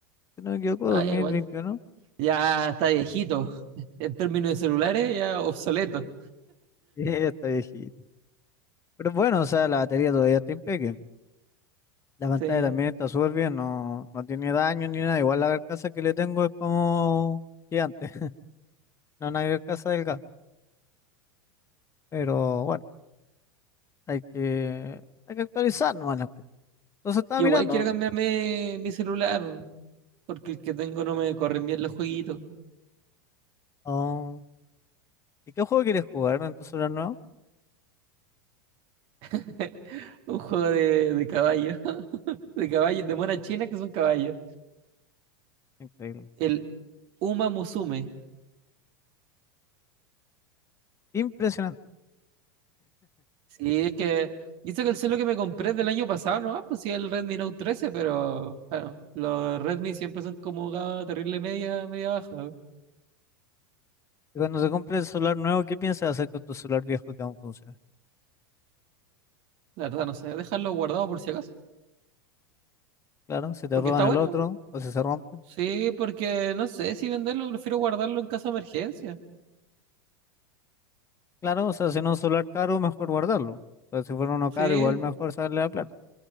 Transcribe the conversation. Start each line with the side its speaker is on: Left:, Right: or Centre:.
Left: si no me equivoco,
Right: Ah,
Left: 2021.
Right: ya, igual. Ya está viejito. <laughs> En términos de celulares, ya obsoleto.
Left: <laughs> Ya está viejito. Pero bueno, o sea, la batería todavía está impecable. La pantalla
Right: Sí.
Left: también está súper bien, no, no tiene daño ni nada. Igual la carcasa que le tengo es como gigante, <laughs> no una carcasa delgada. Pero bueno, hay que, hay que actualizar nomás la cuestión. Entonces estaba
Right: Yo
Left: mirando.
Right: igual quiero cambiarme mi celular. Porque el que tengo no me corren bien los jueguitos.
Left: oh, ¿y qué juego quieres jugar en tu celular nuevo?
Right: <laughs> Un juego de, de caballo. <laughs> De caballos, de monas chinas que son caballos.
Left: Increíble.
Right: El Uma Musume.
Left: Impresionante.
Right: Sí, es que. Y eso que el celular que me compré del año pasado, no, ah, pues sí, el Redmi Note trece pero bueno los Redmi siempre son como gama terrible media, media baja.
Left: Y cuando se compre el celular nuevo, ¿qué piensas hacer con tu celular viejo que aún funciona?
Right: La verdad, no sé, dejarlo guardado por si acaso.
Left: Claro, si te
Right: Porque
Left: roban
Right: está
Left: el
Right: bueno.
Left: otro o si se rompe.
Right: Sí, porque no sé si venderlo, prefiero guardarlo en caso de emergencia.
Left: Claro, o sea, si no es un celular caro, mejor guardarlo. Pero si fuera uno
Right: Sí.
Left: caro, igual mejor sacarle la plata.